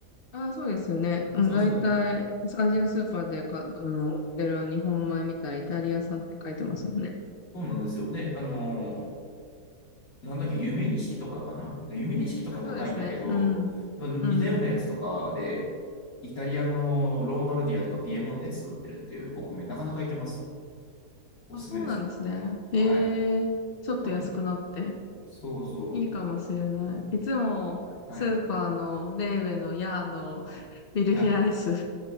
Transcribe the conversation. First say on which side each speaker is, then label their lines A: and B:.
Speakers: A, on the left; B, on the left.
A: ああ、そうですよね。うん、
B: そうそうそう。
A: 大体、アジアスーパーでか、あの、売ってる日本米みたいイタリア産って書いてますもんね。
B: そうなんですよ。で、あのなんだっけ、夢錦とかかなで夢錦とか高いんだけど、
A: あ、そうですね。うん。
B: 似たようなやつとかで、
A: うん。
B: イタリアのロンバルディアとかピエモンテ作ってるっていうお米、なかなかいけますよ。おすすめです。
A: あ、そうなんですね。
B: はい。
A: ええ、ちょっと安くなって、
B: 多分、そうそ
A: いいかもしれない。いつも、
B: う。
A: スーパーの、
B: はい。
A: レーベのヤーのビルヒライス、
B: はい。